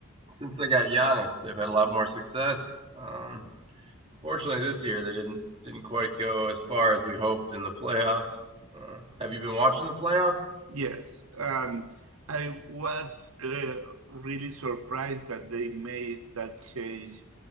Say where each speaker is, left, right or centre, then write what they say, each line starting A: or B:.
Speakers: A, on the right; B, on the right.
A: since they got Giannis, they've had a lot more success. Um, unfortunately, this year they didn't didn't quite go as far as we hoped in the playoffs. Uh, have you been watching the playoffs?
B: Yes, and I was uh, really surprised that they made that change